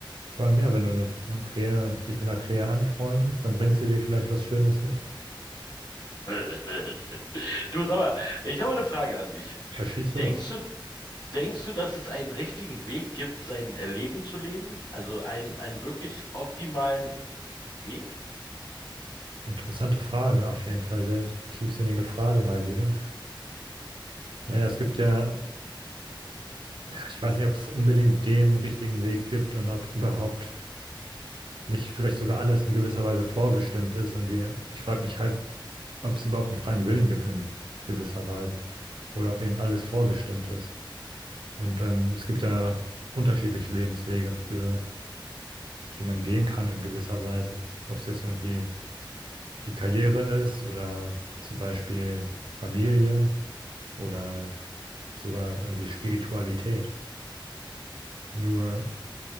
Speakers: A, on the right; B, on the left.
A: vor allem ja, wenn du eine, eine Krähe, dich mit einer Krähe anfreundest, dann bringt sie dir vielleicht was Schönes mit.
B: <laughs> Du, sag mal, ich habe eine Frage an dich.
A: Ja, schieß los.
B: Denkst du, denkst du, dass es einen richtigen Weg gibt, sein äh, Leben zu leben? Also einen, einen wirklich optimalen Weg?
A: Interessante Frage, auf jeden Fall. Sehr tiefsinnige Frage mal wieder. Naja, es gibt ja, ja, ich weiß nicht, ob es unbedingt den richtigen Weg gibt und ob überhaupt nicht vielleicht sogar alles in gewisser Weise vorbestimmt ist. Und wir, ich frage mich halt, ob es überhaupt einen freien Willen gibt in gewisser Weise oder ob eben alles vorbestimmt ist. Und ähm, es gibt ja unterschiedliche Lebenswege, für die man gehen kann in gewisser Weise. Ob es jetzt irgendwie die Karriere ist oder zum Beispiel Familie oder sogar irgendwie Spiritualität. Nur